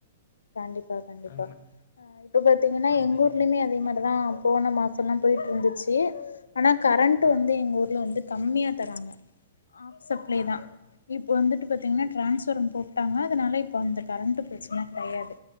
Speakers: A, on the left; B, on the left.
A: கண்டிப்பா கண்டிப்பா
B: ஆமா,
A: ஆ இப்ப பாத்தீங்கன்னா
B: அவரு
A: எங்க ஊர்ல்யுமே அதே மாரிதாம் போன மாசொல்லா போயிட்ருந்துச்சி ஆனா கரண்ட்
B: ஆ,
A: வந்து எங்க ஊர்ல வந்து கம்மியா தராங்க ஆஃப் சப்ளை
B: ஆ,
A: தா
B: ஆ,
A: இப் வந்துட்டு பாத்தீங்கன்னா டிரான்ஸ்வரம் போட்டாங்க அதனால இப் பந்த கரண்ட்டு ப்ரச்சன கெடையாது